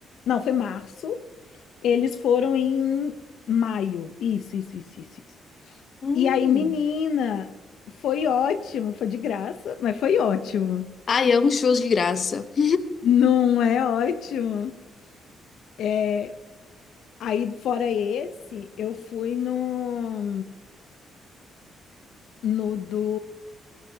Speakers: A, on the left; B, on the left.
A: Não, foi março. Eles foram em maio. Isso, isso, isso, isso, isso.
B: Hum.
A: E aí, menina, foi ótimo, foi de graça, mas foi ótimo.
B: Ai, amo shows de graça. <laughs>
A: Não é ótimo. É, aí, fora esse, eu fui no, no do